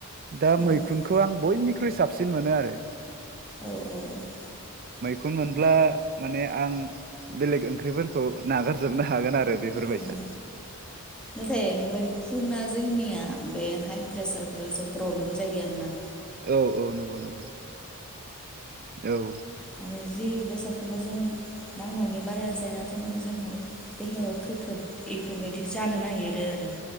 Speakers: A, on the right (about 40°); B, in the centre.
A: दा
B: औ
A: मैखुनखौ आं बयनिख्रुइ साब साबसिन मोनो आरो।
B: औ औ औ।
A: खुन मोनब्ला माने आं बेलेग ओंख्रिफोरखौ नागारजोबनो हागोन आरो बेफोरबायसा
B: औ औ नाथाय मै खुना जोंनिया बे हाइ प्रेसारफोराव एसे प्रब्लेम जायो आरो ना
A: औ औ नंगौ नंगौ। औ
B: माने जि बेसादखौनो जों नांनायनि बारा जायाथ' माने जोंनाव देहायाव खैफोद एफोरबायदि जानो नागिरो आरो।